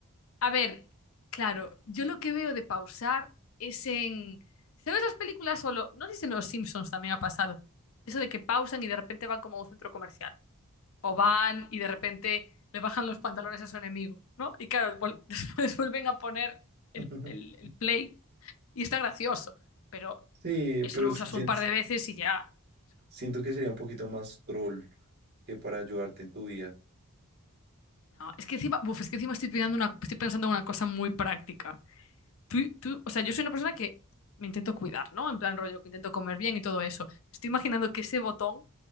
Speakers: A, on the left; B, on the right.
A: A ver, claro, yo lo que veo de pausar es en... ¿Sabes las películas solo? No sé si en Los Simpsons también ha pasado. Eso de que pausan y de repente van como a un centro comercial. O van y de repente le bajan los pantalones a su enemigo, ¿no? Y claro, vol- <laughs> después vuelven a poner el,
B: <laughs>
A: el- el play y está gracioso. Pero
B: Sí,
A: eso
B: pero
A: lo
B: sien-
A: usas un par de veces y ya. Es como,
B: siento que sería un poquito más troll que para ayudarte en tu vida.
A: No, es que encima, uf, es que encima estoy pensando una, estoy pensando en una cosa muy práctica. tú, tú- o sea, yo soy una persona que me intento cuidar, ¿no? En plan rollo, que intento comer bien y todo eso. Me Estoy imaginando que ese botón